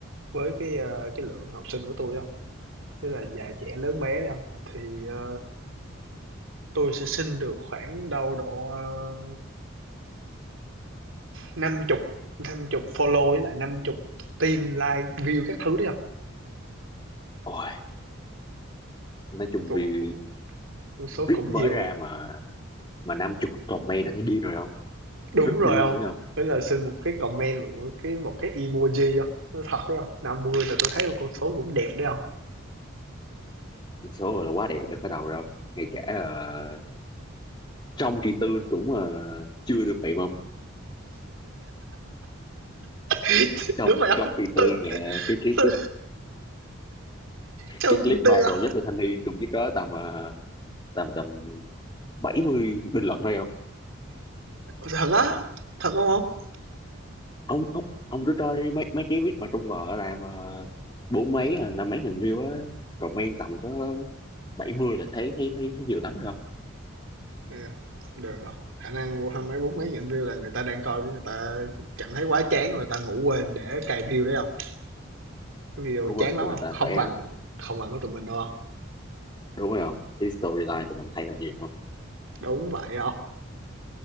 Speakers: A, on the right (about 75°); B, on the left (about 20°).
A: Với cái, ơ, cái lượng học sinh của tôi không tức là già trẻ lớn bé đi ông, thì, ờ, tôi sẽ xin được khoảng đâu độ, ờ, năm chục năm chục follow với lại năm chục tim like, view các thứ đấy không
B: ôi nói chung
A: Thuộc
B: vì
A: số
B: viết
A: cũng
B: mới
A: nhiều.
B: ra mà mà năm chục comment là thấy điên rồi không
A: Đúng
B: rất
A: rồi
B: điên
A: không
B: rồi đấy không
A: với là xin một cái comment một cái một cái emoji không nó thật đó 50 là tôi thấy một con số cũng đẹp đấy không
B: đúng số rồi là quá đẹp đã khởi đầu rồi không ngay cả ờ, trong kỳ tư cũng ờ, chưa được vậy mà ông.
A: <laughs>
B: trong
A: Đúng vậy không
B: trong kỳ
A: tư
B: tư nghe cái cái
A: tư
B: cái
A: trong
B: cái clip viral
A: tư ông.
B: nhất là thanh niên cũng chỉ có tầm ờ, tầm tầm 70 bình luận thôi không.
A: Thật á, thật không ông?
B: ông ông ông cứ coi mấy mấy cái viết mà trong vợ làm uh, bốn mấy à, năm mấy nghìn view á rồi men tầm tới 70 là thấy thấy thấy thấy nhiều lắm rồi không
A: Yeah. Được rồi. Khả năng vô hai mấy bốn mấy nghìn view là người ta đang coi người ta cảm thấy quá chán rồi người ta ngủ quên để cài view đấy không? Cái video
B: đúng
A: chán
B: rồi
A: lắm
B: cho nên
A: không?
B: ta
A: Không
B: phải
A: bằng
B: à,
A: không bằng của tụi mình đâu không?
B: đúng rồi không cái storyline tụi mình hay hơn nhiều không
A: Đúng vậy không?